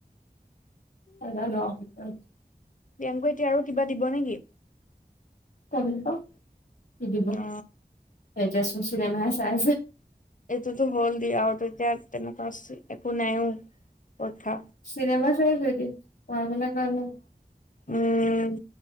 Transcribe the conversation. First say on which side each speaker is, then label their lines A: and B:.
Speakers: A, on the left; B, on the left.
A: নাযানো আও। অঁ।
B: পিয়াংকুৱে এতিয়া আৰু কিবা দিব নেকি?
A: কবি ক কি দিব
B: অ
A: এতিয়া চুন চিনেমাহে চাই আছে।
B: এইটোতো হ'ল দিয়া এটো এতিয়া তেনেকা একো নাইও কথা।
A: চিনেমা চাইছো এতিয়া। পঢ়া শুনাৰ কাৰণে
B: উম